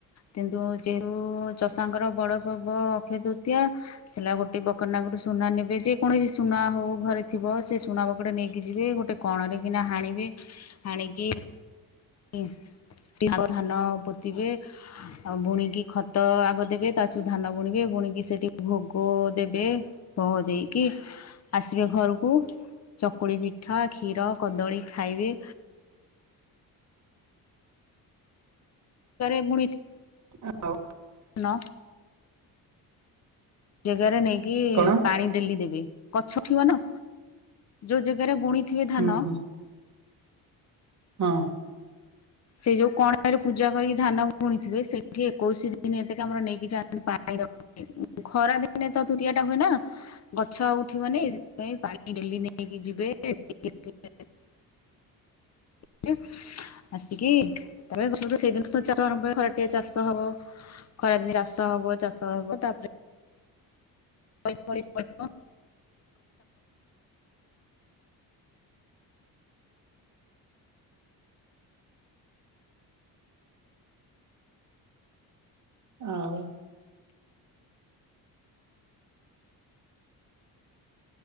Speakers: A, on the left; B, on the right.
A: କିନ୍ତୁ ଯେହେତୁ ଚଷାଙ୍କର ବଡ ପର୍ବ ଅକ୍ଷୟ ତୃତୀୟା। ସେଲା ଗୋଟେ ବକଟେ ନାକୁରୁ ସୁନା ନେବେ ଯେ କୌଣସି ସୁନା ହଉ ଘରେ ଥିବ ସେ ସୁଣା ବ ଏପଟେ ନେଇକି ଯିବେ ଗୋଟେ କଣରେ କିନା ହାଣିବେ, ହାଣିକି <unintelligible> ଧାନ ପୋତିବେ। ଆଉ ବୁଣିକି ଖତ ଆଗ ଦେବେ, ତା ଛୁ ଧାନ ବୁଣିବେ ବୁଣିକି ସେଠି ଭୋଗ ଦେବେ ଭୋଗ ଦେଇକି ଆସିବେ ଘରକୁ, ଚକୁଳି ପିଠା କ୍ଷୀର କଦଳୀ ଖାଇବେ। କାରେ ପୁଣି ଏଠି
B: <unintelligible>
A: ନ ଜାଗାରେ ନେଇକି
B: କଣ
A: ପାଣି ଡେଲି ଦେବି, ଗଛ ଉଠିବ ନା ଯୋଉ ଜାଗାରେ ବୁଣି ଥିଲେ ଧାନ
B: ହୁଁ ହୁଁ ହଁ।
A: ସେ ଯୋଉ କଣ ପାଇଁ ର ପୂଜା କରିକି ଧାନ ବୁଣିଥିବେ, ସେଠି ଏକୋଇଶି ଦିନ ଏତିକି ଆମର ନେଇକି ଯାଆନ୍ତି ପାଣି ଦ <unintelligible> ଖରା ଦିନେ ତ ତୁତିଆ ଟା ହୁଏନା। ଗଛ ଆଉ ଉଠିବନି ସେଥିପାଇଁ ପାଣି ଡେଲି ନେଇକି ଯିବେ। <unintelligible>
B: <inaudible>
A: <unintelligible> ଆସିକି ତାପରେ <unintelligible> ସେଇଦିନ ଚାଷ ଆରମ୍ଭ ହ ଖରାଟିଆ ଚାଷ ହବ। ଖରାଦିନେ ଚାଷ ହବ, ଚାଷ ହବ ତାପରେ <unintelligible>
B: ଆଉ